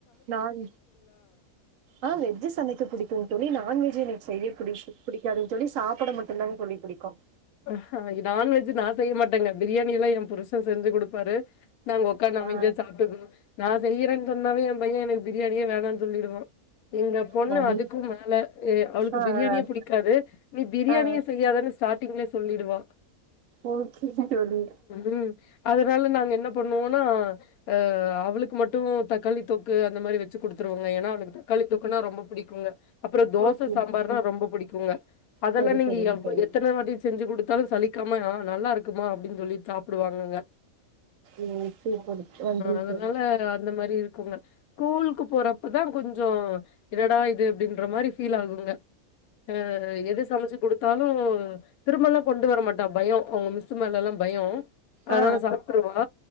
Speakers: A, on the right; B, on the left.
A: நான் ஆஹ் வெஜ்ஜூ சமைக்க பிடிக்கும் தோழி நான் வெஜ்ஜு என செய்ய பிடிச்சு ப புடிக்காதுன்னு சொல்லி சாப்பிட மட்டும்தான் தோழி பிடிக்கும்
B: ஹ் நான்வெஜ் நான் செய்ய மாட்டேங்க பிரியாணி எல்லாம் என் புருஷன் செஞ்சு கொடுப்பாரு நாங்க உட்காந்து அமைதியா
A: ஆ
B: சாப்பிட்டுக்கூவோம் நான் செய்யறேன்னு சொன்னாவே என் பையன் எனக்கு பிரியாணியே வேனா சொல்லிடுவோம் எங்க பொண்ணு
A: சரி
B: அதுக்கும் மேல அவளுக்கு
A: ஆ
B: பிரியாணியே
A: ஆ
B: பிடிக்காது நீ பிரியாணியே
A: ஆ
B: செய்யாது ஸ்டார்ட் ங்கள சொல்லிடுவோம்
A: ஓகேங்க தோழி
B: ம் அதனால நாங்க என்ன பண்ணுவோம்னா அஹ் அவளுக்கு மட்டும் தக்காளி தொக்கு அந்த மாதிரி வச்சு குடுத்துருவோங்க ஏன்னா அவக்கு தக்காளி தொக்குன்னா ரொம்ப பிடிக்குங்க அப்புறம் தோசை
A: ஓகே
B: சாம்பார்னா ரொம்ப பிடிக்குங்க அதெல்லாம்
A: சரி
B: நீங்க
A: சரிங் தோழி
B: எத்தனை வாடி செஞ்சு குடுத்தாலும் சலிக்காம ஆஹ் நல்லா இருக்குமா அப்படின்னு சொல்லி சாப்பிடுவாங்கங்க
A: ம் ஓகே தோழி ஒன் மினிட்
B: அதனால
A: தோழி
B: அந்த மாரி இருக்குங்க ஸ்கூலுக்கு போறப்பதான் கொஞ்சம் என்னடா இது அப்படின்ற மாரி ஃபீல் ஆகுங்க அஹ் எது சமைச்சு கொடுத்தாலும் திருமல்லாம் கொண்டு வர மாட்டா பயம் அவங்க மிஸ் மேல எல்லாம் பயம் அதனால
A: ஆ
B: சாப்டுருவா